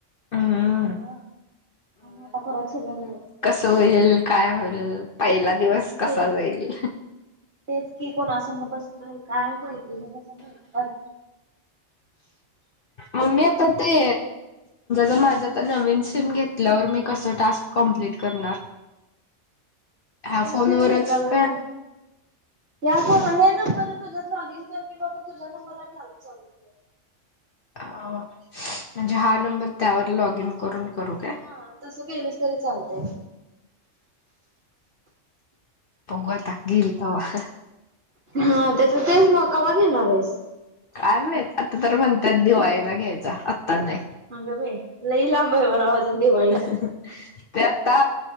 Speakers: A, on the left (about 50°); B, on the right (about 55°).
A: हम्म.
B: सगळं आणि आता परत सगळं नवीन.
A: कस होईल काय होईल पहिला दिवस कसा
B: तेच
A: जाईल.
B: की तेच की कोणा संंग बसतोय काय मैत्रीणीं कश्या भेटतात? <inaudible>
A: मम्मी आता ते. ज माझं त नवीन सीम घेतल्यावर मी कसं टास्क कंप्लीट करणार. ह्या
B: नवीन
A: फोनवरच
B: सीम घेतल्यावर
A: काय
B: व्हय. या फोणवर व्हय नबर तुझच लॉगिन कर कि बाबा तुझ्या नंबरला टास्क चालू कर.
A: म्हणजे हा नंबर त्यावर लॉग इन करून करू काय.
B: हा तसं केलंस तरी चालतंय.
A: बगु आता घेईल तव्हा.
B: हा त्याच तेच मग कवा घेणार आहेस?
A: काय माहित आता तर म्हणतात दिवाळीला घ्यायचा आत्ता नाही.
B: अग बाई लई लांब हाय म्हणावं अजून दिवाळी.
A: <inaudible> ते आता